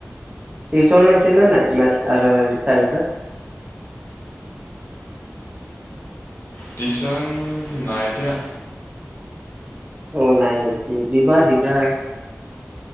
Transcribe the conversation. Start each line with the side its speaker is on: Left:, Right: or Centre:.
Right: টিউচন লৈছে নে নাই মেথছ আৰু <inaudible>
Left: টিউচন নাই এতিয়া।
Right: অ, নাই নেকি দিবা-দিবা।